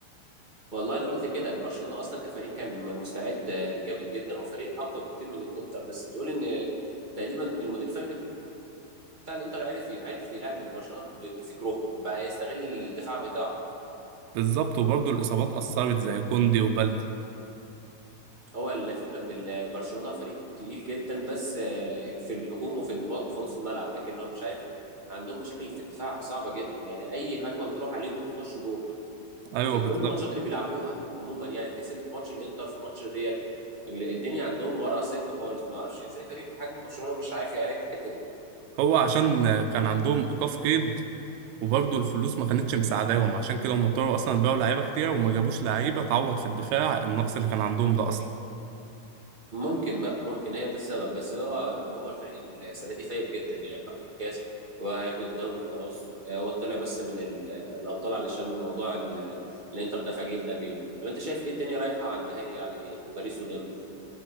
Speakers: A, on the right; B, on the right.
A: والله انا قلت كده برشلونه اصلا كفريق كان مستعد جامد جدا وفريق اقوى بكتير من الانتر بس تقول ان تقريبا المدير الفني بتاع الانتر عارف عارف يلعب البرشلونه ب- بفكرهم بقى يستغل الدفاع بتاعهم
B: بالظبط وبرضه الإصابات أثرت زي كوندي وبالدي
A: هو الفكره ان ال- برشلونه فريق تقيل جدا بس آه، في الهجوم وفي اللي في نص الملعب لكن هو مش عارف عندهم مشاكل في الدفاع صعبه جدا يعني اي هجمه بتروح عليهم بتخش جون
B: أيوه
A: في
B: بالظبط
A: كل الماتشات اللي بيلعبوها عموما يعني تحس ان في ماتش الانتر في ماتش الريال ال- الدنيا عندهم ورا سايبه خالص ما اعرفش ازاي فريق بحجم برشلونه مش عارف يعالج الحته دي
B: هو عشان كان عندهم إيقاف قيد وبرضه الفلوس ما كانتش مساعداهم عشان كده هم اضطروا أصلا يبيعوا لعيبة كتير وما جابوش لعيبة تعوض في الدفاع النقص اللي كان عندهم ده أصلا
A: ممكن بقى ممكن هي ده السبب بس هو هو الفريق السنه دي فايق جدا يعني واخد الكاس وهياخد الدوري خلاص آه، هو طلع بس من ال- الابطال علشان موضوع ال- الانتر ده فاجئنا بيه طب انت شايف ايه الدنيا رايحه على النهائي على ايه باريس والانتر